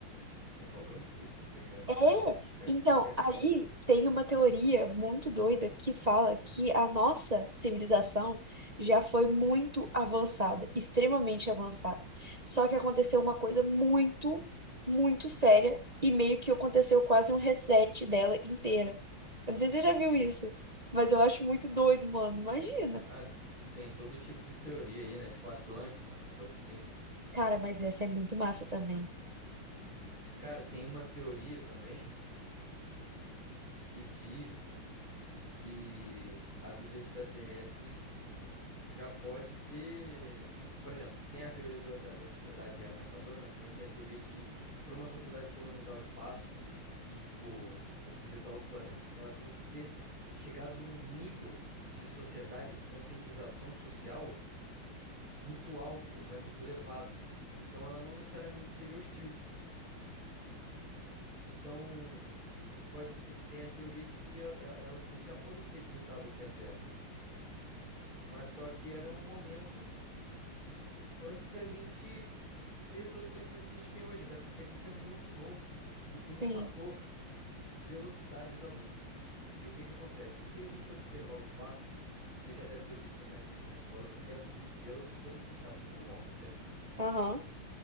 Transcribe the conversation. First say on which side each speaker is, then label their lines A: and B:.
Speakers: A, on the right; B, on the right.
A: É qual que é o intuito de ter criado
B: É,
A: aquilo ali, né? O que que é,
B: então,
A: o que que é aquilo?
B: aí tem uma teoria muito doida que fala que a nossa civilização já foi muito avançada, extremamente avançada. Só que aconteceu uma coisa muito, muito séria e meio que aconteceu quase um reset dela inteira. Eu não sei se você já viu isso, mas eu acho muito doido, mano. Imagina.
A: Ah, tem todo tipo de teoria aí, né? Tipo Atlântida, um negócio assim.
B: Cara, mas essa é muito massa também.
A: Cara, tem uma teoria também que diz que a vida extraterrestre já pode ter. Por exemplo, tem a teoria da, da, da sociedade ameaçadora, mas também tem a teoria de que para uma sociedade colonizar o espaço e, tipo, eh, visitar outros planetas, ela tem que ter chegado num nível de sociedade, de conscientização social muito alto, né? Muito elevado. Então ela não necessariamente seria hostil. Então pode ter, tem a teoria de que el- el- elas, eles já podem ter visitado aqui a Terra, mas só que era um momento antes da gente ter todo o conhecimento que a gente tem hoje, até porque a gente é muito novo e tem
B: Sim.
A: o fator velocidade da luz. E o que que acontece? Se a gente observar o espaço, você já deve ter visto na, es- na escola que as estrelas, todas que a gente está vendo, estão mortas, certo?
B: Aham.